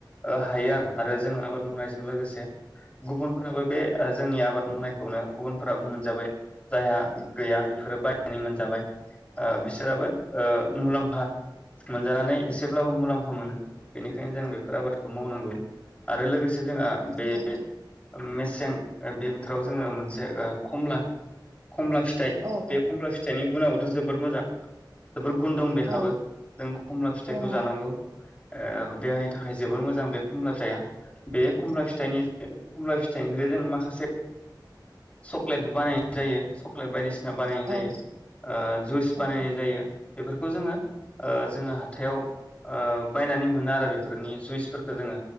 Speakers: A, on the left; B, on the right.
A: ओ हायो आरो आरो जों आबाद मावनायजों लोगोसे गुबुनफोराबो बे ओ जोंनि आबाद मावनायखौनो गुबुनफोराबो मोनजाबाय जायहा गैया बेफोरो बायनानै मोनजाबाय ओ बिसोराबो ओ मुलाम्फा मोनजानानै एसेब्लाबो मुलाम्फा मोनो। बेनिखायनो जों बेफोर आबादखौ मावनांगौ आरो लोगोसे जोंहा ओम बे
B: औ
A: ओम मेसें ओ बे बोथोराव जोङो मोनसे ओ कमला खमला फिथाइ
B: औ
A: बे
B: औ
A: खमला फिथाइनि गुुनाबोथ' जोबोर मोजां जोबोर गुन दं बेहाबो
B: औ
A: जों खमला फिथाइखौ
B: दङ
A: जानांगौ
B: औ
A: ओ ओउ देहानि थाखाय जोबोर मोजां बे खमलाब फिथाइआ जाबे खमलाब चाइनिज फिथाइनिफ्राय जों माखासे चक्लेटबो बानायनाय जायो चक्लेट बायदिसिना ना बानायनाय
B: औ
A: जायो ओ जुइस
B: औ
A: बानायनाय जायो बेफोरखौ जोङो। ओ जोङो हाथायाव। ओ बायनानै मोनो आरो बेफोरनि जुइसफोरखौ जोङो